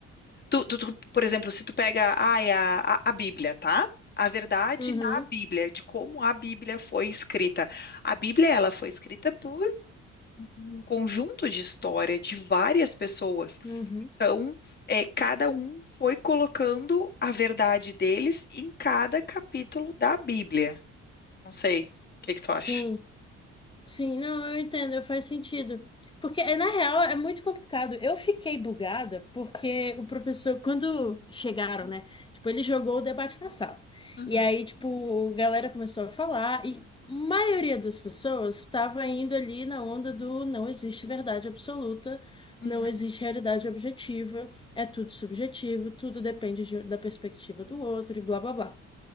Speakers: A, on the left; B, on the left.
A: Tu, tu- tu, por exemplo, se tu pega, ai, a, a, a Bíblia, tá? A verdade
B: uhum,
A: na Bíblia, de como a Bíblia foi escrita. A Bíblia, ela foi escrita por um conjunto de história de várias pessoas.
B: uhum.
A: Então, é, cada um foi colocando a verdade deles em cada capítulo da Bíblia. Não sei, o que que tu
B: Sim.
A: acha?
B: Sim, não, eu entendo, faz sentido. Porque, eh, na real, é muito complicado. Eu fiquei bugada porque o professor, quando chegaram, né? Tipo, ele jogou o debate na sala.
A: Uhum,
B: E aí, tipo, a galera começou a falar e a maioria das pessoas estava indo ali na onda do não existe verdade absoluta,
A: uhum,
B: não existe realidade objetiva, é tudo subjetivo, tudo depende de- da perspectiva do outro e blá, blá, blá.